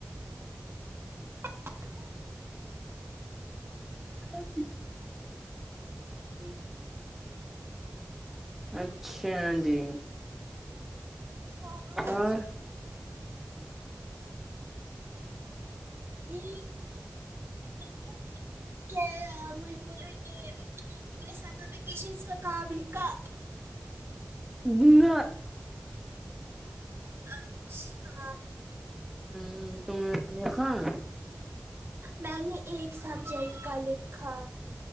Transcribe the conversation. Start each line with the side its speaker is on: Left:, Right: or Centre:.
Right: ج <unintelligible>
Centre: ا
Right: پ سے
Centre: اچھا جی
Right: ہ
Centre: اور
Right: جی <unintelligible> جی بچ تو کیا مج بولو کہ تم نے سمر ویکیشن کا کام لکھا
Centre: ن
Right: اچھا
Centre: ہ تم دکھاؤ
Right: میں نے ایک سبجیکٹ کا لکھا